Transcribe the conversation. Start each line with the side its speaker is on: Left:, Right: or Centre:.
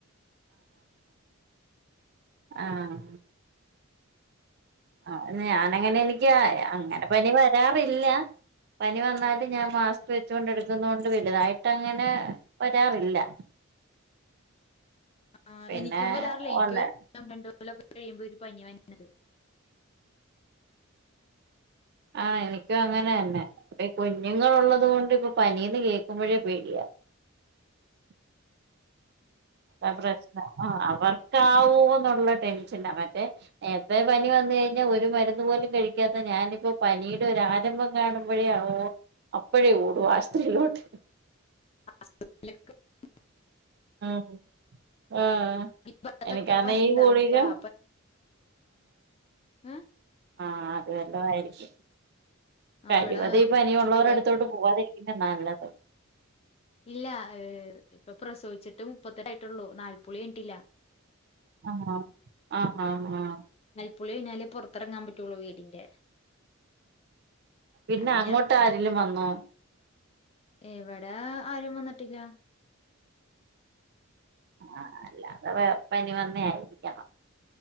Right: ആഹ ആ ഞാന അങ്ങനെ എനിക്ക് അങ്ങനെ പനി വരാറില്ല പനി വന്നാല ഞാൻ മാസ്ക് വെച്ചൊണ്ട് എടുക്കുന്ന കൊണ്ട് വലുതായിട്ട് അങ്ങനെ വരാറില്ല <unintelligible>
Left: ആ
Right: പിന്നെ
Left: എനിക്കും വരാറില്ലേ എനിക്ക്
Right: ഒന്ന്
Left: രണ്ടതൊക്കെ കഴിയുമ്പോ പനി വരുന്നത്
Right: ആ എനക്ക് അങ്ങനെ തന്നെ അപ്പ കുഞ്ഞുങ്ങളൾള്ളത് കൊണ്ട് ഇപ്പൊ പനീന്ന് കേൾക്കുമ്പോഴേ പേടിയാ <unintelligible> അ പ്രശനം ആ അവർക്കാവോ എന്നുള്ള ടെൻഷനാ മറ്റേ എത്ര പനി വന്ന കഴിഞ്ഞാൽ ഒരു മരുന്ന് പോ ല കഴിക്കാത്ത ഞാനിപ്പോ പനിയുടെ ഒരു ആരംഭം കാണുമ്പോഴേ അപ്പോഴേ ഓടുവാസ്ത്രീയിലോട്ട്
Left: അ <unintelligible>
Right: ആഹ ആ
Left: ഭാഗത്തൊക്കെ
Right: എനിക്കാന്ന
Left: പനി
Right: ഈ
Left: ഉണ്ടായിരുന്നു
Right: കൂടിക
Left: ഇപ്പൊ ആ ഹആ
Right: ആഹ അത് വല്ല ആയിരിക്കും കഴിവത
Left: ആഹ് ഇവിടെ
Right: ഈ പനിയ
Left: ചുറ്റുപാ
Right: ഉള്ളവരെ അടുത്തോട്ട് പോവാാതരിക്കും നല്ലത്
Left: ഇല്ല ഏ് ഇപ്പൊ പ്രസവിച്ചിട്ട് മുപ്പത്തെട്ട ആായിട്ടുള്ളൂ നാല്പ്പളിിട്ടില്ല
Right: ആഹ ആഹ ആഹ ആഹ്
Left: കു ളി കഴിഞ്ഞാലേ പുൊറത്തിറങ്ങാൻ പറ്റുള്ളൂ വീടിന്റെ
Right: പിന്നെ
Left: അപ്പൊ
Right: അങ്ങോട്ട് ആരിലും വന്നോ
Left: എവിടെ ആരും വന്നിട്ടില്ല
Right: ആ അല്ല അത പനി വന്ന ആായിരിക്കണം